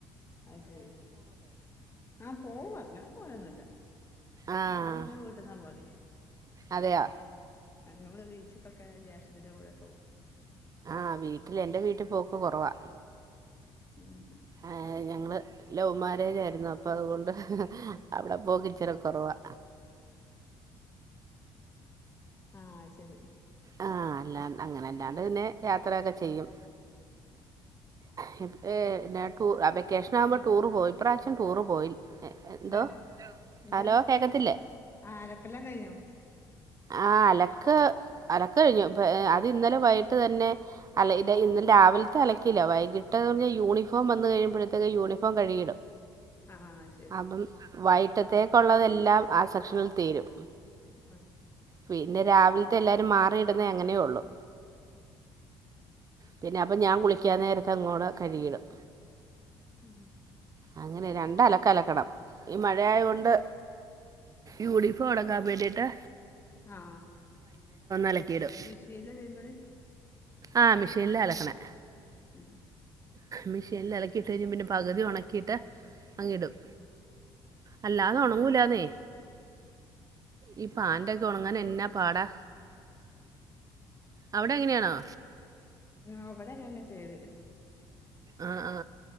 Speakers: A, on the left; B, on the right.
A: അത് ശരി. ആഹ് പോവും. അങ്ങനെ പോവയൊന്നുയില്ല. <unintelligible>
B: ആഹ്
A: പിന്നെ ഞാൻ എൻ്റെ വീട്ടിന്നാ പോകല്.
B: അതെയോ
A: അങ്ങള് ബീച്ചിക്ക്ക്കൊക്കെ ജേഷ്‌ടത്തീടെ കൂടെ <unintelligible>
B: ആഹ് വീട്ടില് എന്റെ വീട്ടി പോക്ക് കുറവാ.
A: ഉം ഹ്
B: ഏഹ് ഞങ്ങള് ലവ് മാരൃജാരുന്നു. അപ്പൊ അതുകൊണ്ട് അവിടെ പോക്ക് ഇച്ചിരി കൊറവാ.
A: ആഹ് ശരി.
B: ആ അല്ലാണ്ടങ്ങനെ അങ്ങനല്ലാണ്ട് പിന്നെ യാത്രയൊക്കെ ചെയ്യും. പിന്നെ <unintelligible>
A: <unintelligible>
B: ടൂറ് പോയി ഇപ്രാവശ്യം ടൂറ് പോയി എന്തോ
A: ഹലോ എന്ത
B: ഹലോ
A: പറഞ്
B: കേക്കത്തില്ലേ
A: ആ അലക്കെല്ലാം കഴിഞ്ഞോ
B: ആ അലക്ക് അലക്ക് കഴിഞ്ഞു അത് ഇന്നലെ വൈകിട്ട് തന്നെ അ ഇന്നലെ രാവിലത്തെ അലക്കില്ല വൈകിട്ട് യൂണിഫോം വന്ന് കഴിയുമ്പോഴത്തേക്ക് യൂണിഫോം കഴുകിയിടും
A: ആ ശരി
B: അപ്പം വൈ മുറ്റത്തേക്കുള്ളതെല്ലാം ആ സെക്ഷനിൽ തീരും
A: ആ
B: പിന്നെ രാവിലത്തെ എല്ലാവരും മാറിയിടുന്ന അങ്ങനെയോ ഉള്ളു പിന്നെ അപ്പം ഞാൻ കുളിക്കാൻ നേരത്ത് അങ്ങോട്ടു കഴുകിയിടും
A: ഉം
B: അങ്ങനെ
A: അത് ശരി
B: രണ്ട് അലക്ക് അലക്കണം ഈ മഴയായ കൊണ്ട് യൂണിഫോം ഒണങ്ങാൻ വേണ്ടീട്ട്
A: ആ
B: അലക്കിയിടും
A: മിഷീനിലാ തിരുമ്പല്
B: ആ മിഷീനിലാ അലക്കണെ
A: ഉം.
B: മെഷീനിൽ അലക്കിയിട്ട് കഴിഞ്ഞ് പിന്നെ പകുതി ഒണക്കിയിട്ട് അങ്ങ് ഇടും അല്ലാതെ ഒണങ്ങൂലാന്നേ ഈ പാൻ്റൊക്കെ ഒണങ്ങാൻ എന്നാ പാടാ അവിടെ അങ്ങനെയാണോ
A: അ ഇവിടെക്കങ്ങനാ ചെയ്യല്
B: ആ ആ